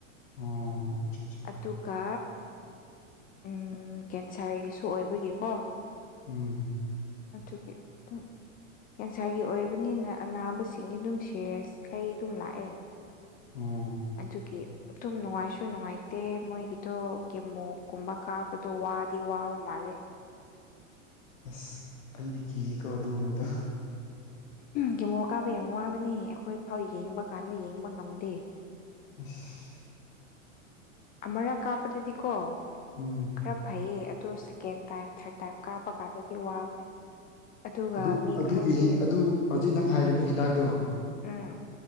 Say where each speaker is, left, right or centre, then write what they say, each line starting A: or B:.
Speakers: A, on the left (about 75°); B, on the left (about 25°).
A: ꯑꯣ ꯑꯠꯆꯥ ꯑꯠꯆꯥ
B: ꯑꯗꯨꯒ ꯎꯝ ꯑꯗꯨꯒ ꯀꯦꯟꯁꯔꯒꯤꯁꯨ ꯑꯣꯏꯕꯒꯤꯀꯣ
A: ꯎꯝ
B: ꯑꯗꯨꯒꯤ ꯑꯗꯨꯝ ꯀꯦꯟꯁꯥꯔꯒꯤ ꯑꯣꯏꯕꯅꯤꯅ ꯑꯅꯥꯕꯁꯤꯡꯒꯤ ꯑꯗꯨꯝ ꯁꯦꯔꯤꯌꯁ ꯃꯈꯩ ꯑꯗꯨꯝ ꯂꯥꯛꯑꯦ
A: ꯑꯣ
B: ꯑꯗꯨꯒꯤ ꯑꯗꯨꯝ ꯅꯨꯡꯉꯥꯏꯁꯨ ꯅꯨꯡꯉꯥꯏ ꯗꯦ ꯃꯣꯏꯒꯤꯗꯣ ꯀꯦꯃꯣꯀꯨꯝꯕ ꯀꯥꯕꯗꯣ ꯋꯥꯗꯤ ꯋꯥꯕ ꯃꯥꯜꯂꯦ
A: ꯑꯁ ꯑꯩꯗꯤ ꯀꯤꯌꯦꯀꯣ ꯑꯗꯨꯒꯨꯝꯕꯗꯣ
B: ꯀꯦꯃꯣ ꯀꯥꯞꯕ ꯌꯥꯝ ꯋꯥꯕꯅꯤ ꯑꯩꯈꯣꯏ ꯐꯥꯎ ꯌꯦꯡꯕ ꯀꯥꯟꯗ ꯌꯦꯡꯕ ꯉꯝꯗꯦ
A: ꯑꯁ
B: ꯑꯃꯔꯛ ꯀꯥꯞꯄꯗꯗꯤꯀꯣ
A: ꯎꯝ
B: ꯈꯔ ꯐꯩꯌꯦ ꯑꯣꯗꯣ ꯁꯦꯀꯦꯟꯇꯥꯏꯝ ꯊꯥꯔꯠꯇꯥꯏꯝ ꯀꯥꯞꯄ ꯀꯥꯟꯗꯗꯤ ꯋꯥꯕꯅꯦ ꯑꯗꯨꯒ
A: ꯑꯗꯨ
B: ꯃꯤ
A: ꯑꯗꯨꯒꯤ
B: ꯈꯔꯗꯤ
A: ꯑꯗꯨ ꯍꯧꯖꯤꯛ ꯅꯪ ꯍꯥꯏꯔꯤꯕ ꯍꯤꯗꯥꯛꯇꯣ
B: ꯎꯝ